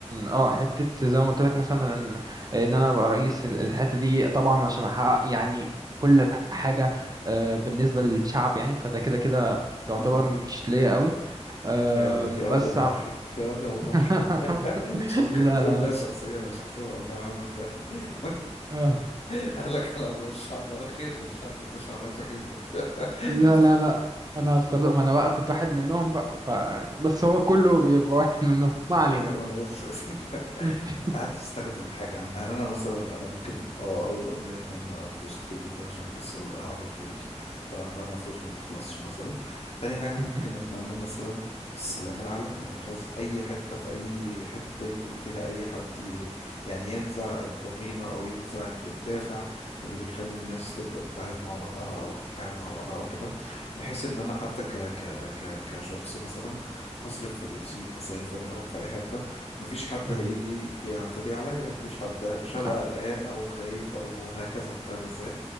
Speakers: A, on the right; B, on the left.
A: اه حته زي ما قلت لك مثلا ان إن انا ابقى رئيس ال- الحته دي طبعا عشان احقق يعني كل حاجه آه، بالنسبه للشعب يعني فده كده كده يعتبر
B: مم.
A: مش ليا قوي أم،
B: يا واد يا واد
A: بس
B: يا مضحي
A: عم-
B: يا واد يا مضحي
A: <laughs>
B: <laughs> فكك
A: لا
B: دي
A: لا
B: أمنية
A: لا
B: شخصية أنا مش هحسبها أمنية عامة <laughs> تاني
A: آه.
B: <laughs> أهلا كلام الشعب الأخير للشعب أنت شعرفك أنت <laughs>
A: لا لا لا انا هختار لقمة انا بقى كنت واحد منهم بقى ف بس هو كله بيبقى واحد منهم ما علينا
B: ايوه انا س- <laughs>
A: <laughs>
B: قعدت استخدم حاجه عامه يعني انا مثلا انا ممكن اه اول امنيه اتمنى فلوس كتير جدا عشان كسل اعمل فلوس فانا اتمنى فلوس ما بتخلصش مثلا تاني حاجه ممكن
A: مهم.
B: اتمنى مثلا السلام العالمي انا مش عايز اي حته في اي حته يكون فيها اي حد بي يعني ينزع الضغينه او ينزع الدافع اللي بيخلي الناس تبدا تتعارك مع بعضها او تتحارب مع بعضها او كده بحيث ان انا حتى ك ك ك كشخص مثلا هصرف فلوسي هسافر هروح في اي حته مفيش حد
A: مهم.
B: هيجي يعتدي عليا مفيش حد مش هبقى
A: آه.
B: قلقان او خايف او هكذا فاهم ازاي